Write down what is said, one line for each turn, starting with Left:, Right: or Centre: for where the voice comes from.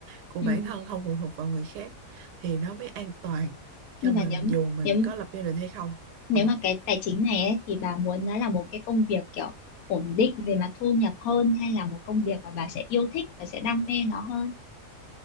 Right: của
Left: ừ.
Right: bản thân không phụ thuộc vào người khác thì nó mới an toàn cho
Left: nhưng
Right: mình
Left: mà nếu
Right: dù mình
Left: nếu
Right: có lập gia đình hay không
Left: Nếu
Right: Ờ.
Left: mà cái tài chính này ấy, thì bà muốn nó là một cái công việc kiểu ổn định về mặt thu nhập hơn hay là một công việc mà bà sẽ yêu thích và sẽ đam mê nó hơn?